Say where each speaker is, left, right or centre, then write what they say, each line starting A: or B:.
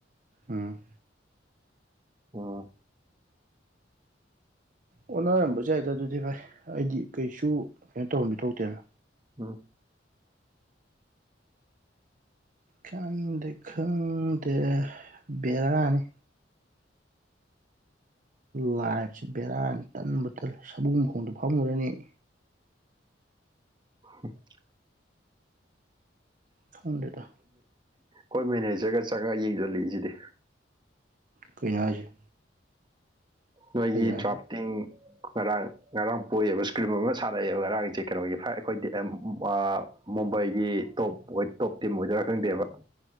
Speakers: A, on the right; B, on the right.
A: ꯎꯝ
B: ꯋꯥ
A: ꯑꯣꯅꯔꯝꯕꯖꯨ ꯌꯥꯏꯗ ꯑꯗꯨꯗꯤ ꯚꯥꯏ ꯑꯩꯗꯤ ꯀꯩꯁꯨ ꯀꯩꯅꯣ ꯇꯧꯕꯝꯗꯤ ꯊꯣꯛꯇꯦꯅ
B: <unintelligible>
A: ꯈꯪꯗꯦ ꯈꯪꯗꯦ ꯚꯦꯔꯥꯅꯤ ꯂꯥꯏꯐꯁꯦ ꯚꯦꯔꯥꯅꯦ ꯇꯟꯕꯨ ꯇꯜꯂꯦ ꯁꯃꯨ ꯃꯈꯣꯡꯗ ꯐꯝꯃꯨꯔꯅꯤ ꯑꯩ
B: <unintelligible>
A: ꯈꯪꯗꯦꯗ
B: ꯈꯣꯏ ꯃꯦꯅꯦꯖꯔꯒ ꯆꯪꯉ ꯌꯦꯡꯖꯜꯂꯤꯖꯤꯗꯤ
A: ꯀꯩꯅꯣ ꯍꯥꯏꯖꯦ
B: ꯅꯣꯏꯒꯤ ꯗ꯭ꯔꯥꯐꯇꯤꯡ
A: ꯍꯥꯏꯁꯦ
B: ꯉꯔꯥꯡ ꯉꯔꯥꯡ ꯄꯣꯌꯦꯕ ꯏꯁꯀ꯭ꯔꯤꯝ ꯑꯃ ꯁꯥꯟꯅꯩꯌꯦꯕ ꯉꯔꯥꯡꯖꯦ ꯀꯩꯅꯣꯒꯤ ꯐꯥꯢꯚ ꯑꯩꯈꯣꯏ <unintelligible> ꯃꯨꯝꯕꯩꯒꯤ ꯇꯣꯞ ꯑꯣꯏ ꯇꯣꯞ ꯇꯤꯝ ꯑꯣꯏꯗꯣꯏꯔꯥ ꯈꯪꯗꯦꯕ